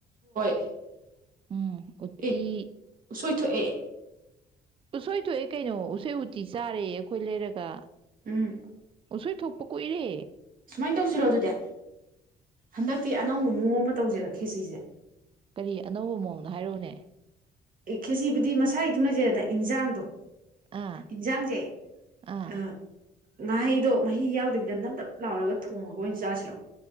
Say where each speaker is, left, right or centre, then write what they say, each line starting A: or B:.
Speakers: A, on the right; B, on the right.
A: <inaudible>
B: ꯎꯝ ꯎꯠꯇꯤ
A: ꯑꯦ ꯎꯁꯣꯏ ꯊꯣꯛꯑꯦ
B: ꯎꯁꯣꯏ ꯊꯣꯛꯑꯦ ꯀꯩꯅꯣ ꯎꯁꯣꯏ ꯎꯇꯤ ꯆꯥꯔꯦ ꯑꯩꯈꯣꯏ ꯂꯩꯔꯒ
A: ꯎꯝ
B: ꯎꯁ‌ꯣꯏ ꯊꯣꯛꯄ ꯀꯨꯏꯔꯦ
A: ꯁꯨꯃꯥꯏꯅ ꯇꯧꯁꯤꯔꯣ ꯑꯗꯨꯗꯤ ꯍꯟꯗꯛꯇꯤ ꯑꯅꯧꯕ ꯃꯑꯣꯡ ꯑꯃ ꯇꯧꯁꯤꯔ ꯈꯦꯆꯤꯁꯦ
B: ꯀꯔꯤ ꯑꯅꯧꯕ ꯃꯑꯣꯡꯅꯣ ꯍꯥꯏꯔꯛꯎꯅꯦ
A: ꯈꯦꯖꯤꯕꯨꯗꯤ ꯃꯁꯥꯒꯤ ꯑꯗꯨꯝ ꯂꯩꯖꯔ‌ꯦꯗꯅ ꯏꯟꯖꯥꯡꯗꯣ
B: ꯑꯥ
A: ꯏꯟꯖꯥꯡꯁꯦ
B: ꯑꯥ
A: ꯑ ꯉꯥꯍꯩꯗꯣ ꯃꯍꯤ ꯌꯥꯎꯗꯕꯤꯗ ꯅꯞꯅꯞ ꯂꯥꯎꯔꯒ ꯊꯣꯡꯉꯒ ꯑꯣꯏꯅ ꯆꯥꯁꯤꯔꯣ